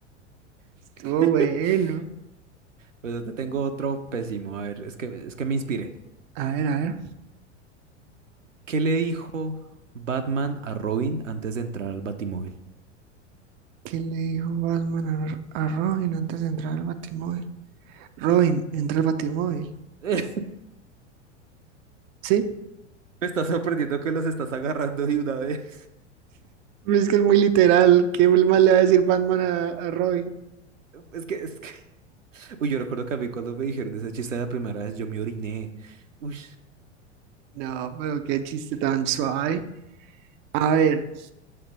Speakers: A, on the right (about 30°); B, on the right (about 85°).
A: Estuvo
B: <laughs>
A: bueno.
B: Pues yo te tengo otro pésimo. A ver, es que, es que me inspiré.
A: A ver, a ver.
B: ¿Qué le dijo Batman a Robin antes de entrar al Batimóvil?
A: ¿Qué le dijo Batman a, a Robin antes de entrar al Batimóvil? Robin, entra al Batimóvil.
B: <laughs>
A: ¿Sí?
B: Me está sorprendiendo que los estás agarrando de una vez.
A: Pues Es que es muy literal. ¿Qué más le va a decir Batman a, a Robin?
B: Es que, es que, uy, yo recuerdo que a mí cuando me dijeron ese chiste la primera vez, yo me oriné. Uy.
A: No, pero qué chiste tan suave. A ver,